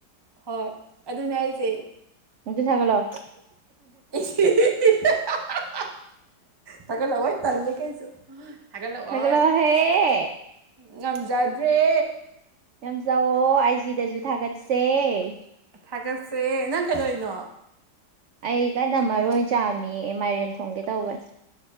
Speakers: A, on the right; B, on the right.
A: ꯍꯣꯏ ꯑꯗꯨꯅꯦ ꯑꯩꯖꯦ
B: ꯑꯗꯨ ꯊꯥꯒꯠꯂꯣ
A: <inaudible> ꯊꯥꯒꯠ ꯂꯛ ꯑꯣꯏ ꯇꯟ ꯂꯤ ꯀꯥꯏꯁꯨ ꯊꯥꯒꯠꯂꯛ
B: ꯊꯥꯒꯠꯂꯛꯑꯣꯍꯦ
A: ꯑꯣꯏ ꯉꯝꯖꯗ꯭ꯔꯦ
B: ꯌꯥꯝꯖꯋ ꯑꯩꯖꯤꯗꯁꯨ ꯊꯥꯒꯠꯁꯤ ꯁ
A: ꯊꯥꯒꯠꯁꯦ ꯅꯪ ꯀꯩꯗꯧꯔꯤꯅꯣ
B: ꯑꯩ ꯀꯅꯥ ꯃꯔꯣꯏ ꯆꯥꯃꯤ ꯃꯥꯏꯔꯦꯟ ꯊꯣꯡꯒꯦ ꯇꯧꯕꯅꯦ